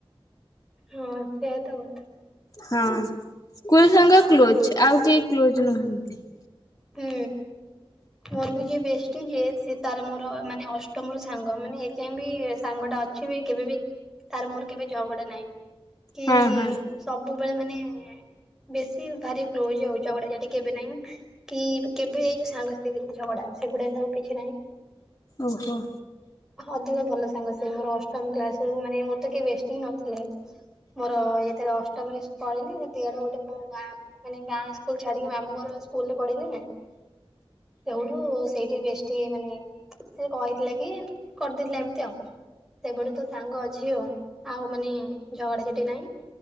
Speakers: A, in the centre; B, on the left (about 35°).
A: ହଁ ସେୟା ତ କଥା।
B: ହଁ ସ୍କୁଲ୍ ସାଙ୍ଗ କ୍ଲୋଜ୍ ଆଉ କେହି କ୍ଲୋଜ୍ ନୁହନ୍ତି।
A: ହୁଁ। ମୋର ବି ଯିଏ ବେଷ୍ଟି ଯିଏ ସିଏ ତାର ମୋର ମାନେ ଅଷ୍ଟମ ରୁ ସାଙ୍ଗ ମାନେ ଏଯାଏଁ ବି ସାଙ୍ଗ ଟା ଅ ଛି ବି କେବେ ବି ତାର ମୋର କେବେ ଜଗଡା ନାହିଁ କି
B: ହଁ ହଁ
A: ସବୁବେଳେ ମାନେ ବେଶୀ ଭାରି କ୍ଲୋଜ ଆଉ ଝଗଡା ଝାଟି କେବେ ନାଇଁ। କି କେବେ ଯୋଉ ସାଙ୍ଗସଥି ଭିତରେ ଝଗଡା ସେଗୁଡା ସବୁ କିଛି ନାହିଁ।
B: ଓହୋ।
A: ଅଧିକ ଭଲ ସାଙ୍ଗ ସେ ମୋର ଅଷ୍ଟମ କ୍ଲାସ୍ ରୁ ମାନେ ମୋର ତ କେହି ବେଷ୍ଟି ହିଁ ନଥିଲେ। ମୋର ଇଏଥିଲା ଅଷ୍ଟମରେ ପଳିଲି ଦିଆଡେ ଗୋଟେ ମୋ ଗାଁ ମାନେ ଗାଁ ସ୍କୁଲ ଛାଡିକି ମାମୁ ଘଙ୍କର ସ୍କୁଲ ରେ ପଢିଲି ନା। ସେଉଠୁ ସେଇଠି ବେଷ୍ଟି ମାନେ। ସେ କହିଥିଲା କି କରିଦେଲି ଏମ୍ତି ଆଉ। ସେଭଳି ତ ସାଙ୍ଗ ଅଛି ଆ ଆଉ ମାନେ ଝଗଡାଝାଟି ନାଇଁ।